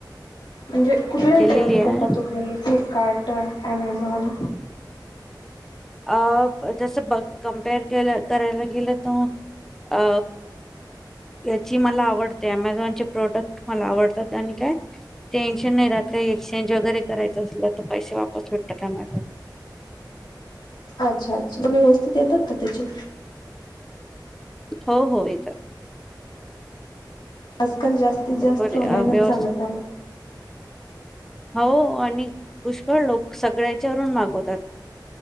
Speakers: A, on the left (about 75°); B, in the centre.
A: म्हणजे कुठलं
B: केलेली
A: विचारण
B: आहे
A: करता तुम्हीू कार्ट अॲमेझॉन
B: अ जसं बघ कमपेअर के करायला गेलं तर अ याची मला आवडते अमेझॉनचे प्रोडक्ट मला आवडतात आणि काय टेन्शन नाही राहत काही एक्सचेंज वगैरे करायचं असलं तर पैसे वापस भेटतात आम्हाला
A: अच्छा सुधा व्यवस्थित येतात का त्याचे
B: हो हो येतात
A: अस काल जास्तीत
B: बरोबर
A: जास्त ऑनलाईनच
B: आहे. अ, व्यवस्थित
A: चालत आहे
B: हो आणि पुष्कळ लोक सगळ्याच्यावरून मागवतात